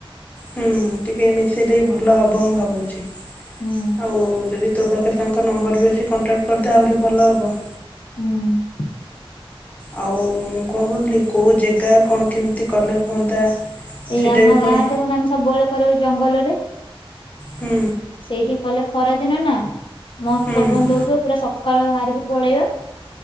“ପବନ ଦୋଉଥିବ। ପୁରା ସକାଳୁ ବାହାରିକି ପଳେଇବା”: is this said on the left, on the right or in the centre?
Left